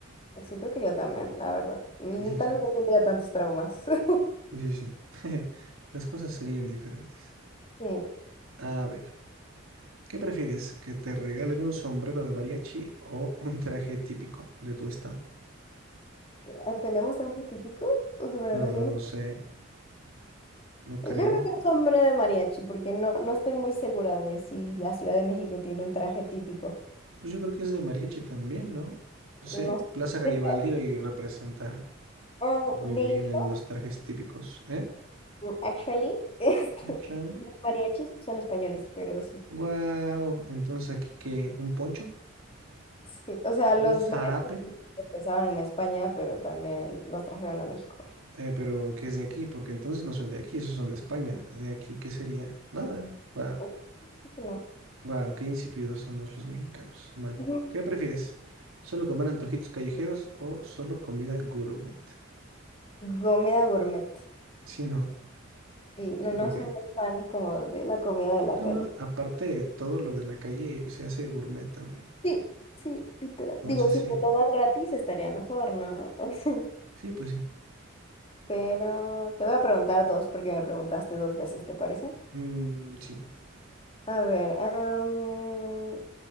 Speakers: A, on the left; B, on the right.
A: Pues Sí, creo que yo también, la verdad. Mm,
B: Sí, sí,
A: tal
B: sí.
A: vez no tendría tantos traumas. <laughs>
B: Sí, sí, sí. Las cosas serían diferentes.
A: Sí.
B: A ver, ¿qué prefieres? ¿Que te regalen un sombrero de mariachi o un traje típico de tu estado?
A: Ah, ¿Tenemos traje típico? Bueno,
B: La
A: la
B: verdad
A: ciudad de-
B: no sé, no creo.
A: Me- Yo creo que es hombre de mariachi, porque no, no estoy muy segura de si la Ciudad de México tiene un traje típico.
B: Pues yo creo que es de mariachi también, ¿no? No sé,
A: No sé.
B: Plaza Garibaldi
A: De hecho,
B: y representa
A: ah,
B: muy
A: de
B: bien
A: hecho,
B: el- los trajes típicos, ¿eh?
A: Actually, <laughs> este,
B: Ah, Chani.
A: mariachis son españoles, pero sí.
B: Guau, entonces aquí qué, un poncho,
A: Sí, o sea, los
B: un zarape,
A: mariachis empezaron en España, pero también los trajeron a México. güey.
B: eh, pero que es de aquí, porque entonces no son de aquí, esos son de España. De aquí, ¿qué sería? Nada. Guau,
A: Así que No.
B: guau, qué insípidos somos los mexicanos. Bueno,
A: Ujú.
B: ¿qué prefieres? ¿Solo comer antojitos callejeros o solo comida gourmet?
A: Comida gourmet.
B: Sí, no.
A: Y no,
B: Sí,
A: no
B: porque
A: soy muy fan como de la comida de la
B: No,
A: calle.
B: no, aparte todo lo de la calle se hace gourmet también.
A: Sí, sí, literal.
B: Entonces
A: Digo, si
B: sí,
A: me lo dan gratis estaría mejor, ¿no? <laughs>
B: sí, pues sí.
A: Pero te voy a preguntar dos porque me preguntaste dos veces, ¿te parece?
B: Mm, sí,
A: A ver, am,